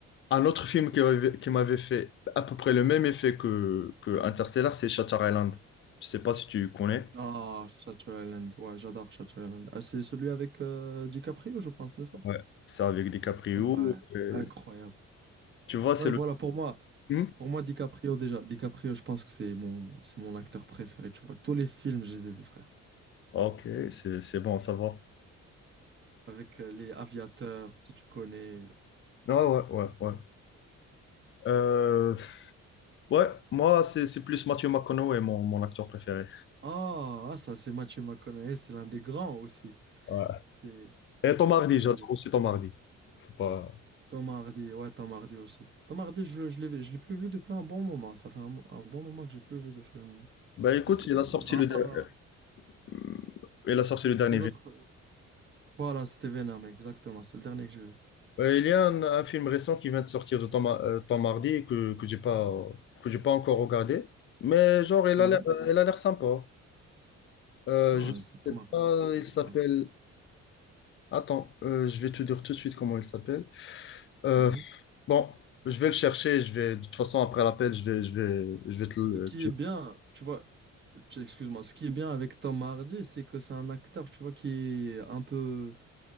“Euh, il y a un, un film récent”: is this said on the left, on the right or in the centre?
Left